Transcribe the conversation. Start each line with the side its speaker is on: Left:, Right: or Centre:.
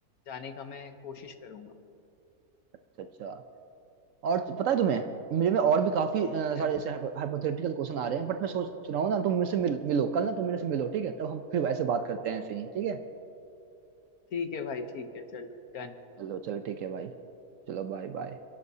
Left: जाने का मैं कोशिश करूंगा
Right: अच्छा अच्छा और तो- पता है तुम्हें मेरे में और भी काफी अ,
Left: ठीक
Right: सारे
Left: है
Right: ऐसे हाइपोथेटिकल क्वेश्चन आ रहे हैं बट मैं सोच रहा हूँ ना तुम मेरे से मिल, मिलो कल ना तुम मेरे से मिलो ठीक है तब हम फिर ऐसे बात करते हैं ऐसे ही ठीक है
Left: ठीक है भाई ठीक है चल done।
Right: चलो चलो ठीक है भाई चलो बाय बाय